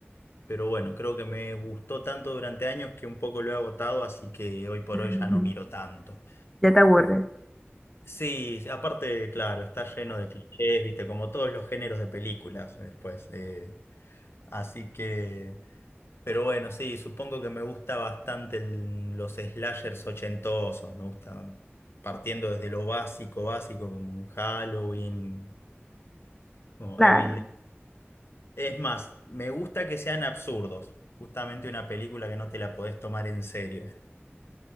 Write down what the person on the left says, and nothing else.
pero bueno, creo que me gustó tanto durante años que un poco lo he agotado, así que hoy por
hoy ya no miro tanto.
Sí, sí, aparte, claro, está lleno de clichés, viste, como todos los géneros de películas después. eh, así que... Pero bueno, sí, supongo que me gusta bastante el- los slashers ochentosos. Me gustan partiendo desde lo básico, básico, como un Halloween, como
Evil Dead. Es más, me gusta que sean absurdos. Justamente una película que no te la podés tomar en serio.